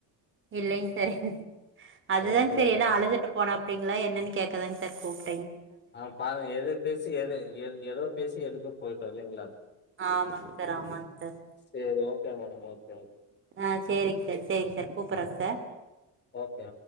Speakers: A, on the right; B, on the left.
A: இல்லைங் சார் அதுதாங்
B: ஓகே
A: சார்
B: ஓகே
A: ஏனா அழுதுட்டு போனாப்படிங்களா என்னன்னு கேக்கதாங் சார் கூப்
B: ஆ பாருங்க எது பேசி எது எ எதோ பேசி எதுக்கோ போயிட்டோ இல்லைங்களா
A: ஆமாங் சார் ஆமாங் சார்
B: சேரி ஓகே மேடம் ஓகே
A: ஆ சேரிங் சார் சேரிங் சார் கூப்ற சார்
B: ஓகே